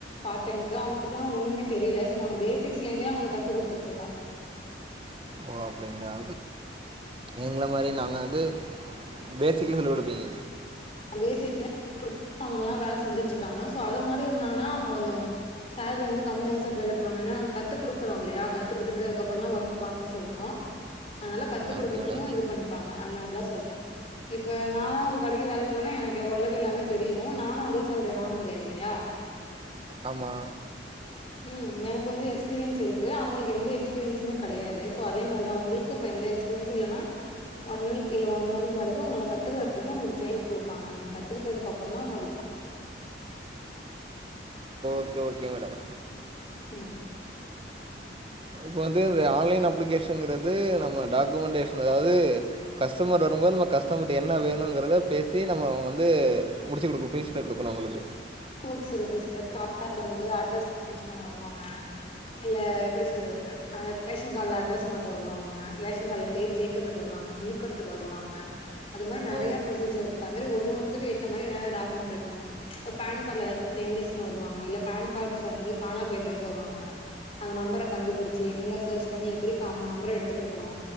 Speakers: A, on the left; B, on the right.
A: பார்ட்டைம்க்கு அவங்களுக்குலா ஒன்னுமே தெரியல ஸோ நாங்க பேசிக்ஸ்லருந்தே அவுங்களுக் கத்துக் குடுத்துட்டு இருக்கோ
B: ஓ அப்டிங்களா எங்கள மாரி நாங்க வந்து பேசிக்கலி <unintelligible>
A: பேசிக் <inaudible> அவங்கல்லா வேல செஞ்சிட் இருக்காங்க சோ அத மாரி இருந்தாங்கனா அவங்க கொஞ்சோ சேல்ரி வந்து கம்மியா சார் பிரவேட் பண்ணுவாங்க ஏனா கத்து குடுக்குறோ இல்லையா கத்து குடுத்துட்டு அதுக்கப்புறோதா ஒர்க் பாக்க சொல்றோ அதனால கத்து குடுக்கறதுக்கு
B: ஓகே மேடம்.
A: இது பண்ணிப்பாங் அதனாலதா சொல்றே இப்ப நானா ஒர் கடைக்கு வேலைக்கு போனா எனக்கு ஓரளவுக்கு எல்லாமே தெரியு நானு அதே சால்ரிய வாங்க முடியாது இல்லையா
B: ஆமா
A: ம் எனக்கு வந்து எக்ஸ்பீரியன்ஸ் இருக்கு அவுங்களுக்கு எந்த எக்ஸ்பீரியன்சுமே கடையாது சோ அதே மாரிதா உங்களுக்கு இப்ப எந்த எகஸ் பிரியன்ஸ் இல்லனா ஒன் வீக் இல்ல ஒன் மந்த் வரைக்கு உங்கள கத்துக்குற வரைக்கு உங்களுக்கு ட்ரெயினிங் குடுப்பங்க நீங்க கத்துக்கிட்டதுக்கு அப்புறோ தா உங்களுக்கு
B: ஓகே ஓகே மேடம்
A: ம்
B: இப்ப வந்து இந்த ஆன்லைன் அஃப்ளிகேஷன்ங்கிறது நம்ம டாக்குமெண்டேஷன் அதாவது கஸ்டமர் வரும்போது நம்ம கஸ்டமர்ட என்ன வேணுங்குறத பேசி நம்ம அவுங்க வந்து முடிச்சி குடுக்கு பேஷ்பேக் குடுக்கனு அவுங்களுக்கு
A: ஓக்ஸ் இருக்கு சார் பாப்பாக்கு வந்து அட்ரஸ் சேன்ஞ் பண்ண வருவாங்க இல்ல எப்படி சொல்றது அந்த ரேஷன் கார்டுல அட்ரஸ் மாத்த வருவாங்க ரேஷன் கார்ட்ல பேர் சேக்கறதுக்கு வருவாங்க நீக்கறத்துக்கு வருாங்க அது மாரி நறைய
B: ஓ
A: ப்ரோசிஜர் இருக்கு அதுமாரி ஒரு ஒண்ணுத்துக்கு இந்த மாரி நேரா டாக்குமண்ட் வைக்கணு இப்ப பேன் காட்ல எதாச்சு சேஞ்சஸ்ன்னு வருவாங்க இல்ல பேன் கார்ட்ஸ் வந்து காணா போயிட்டுன்ட்டு வருவாங்க அந்த நம்பர கண்டுபுடிச்சி எங்க சேர்ச் பண்ணி எப்புடிக்கா அவுங்க நம்பர எடுத்து குடுக்கணு